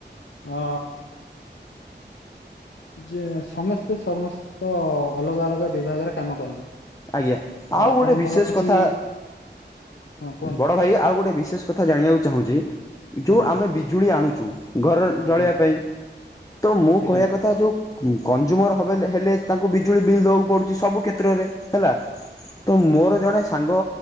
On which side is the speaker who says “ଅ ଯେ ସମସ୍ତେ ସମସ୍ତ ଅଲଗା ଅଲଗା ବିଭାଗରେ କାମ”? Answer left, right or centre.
Left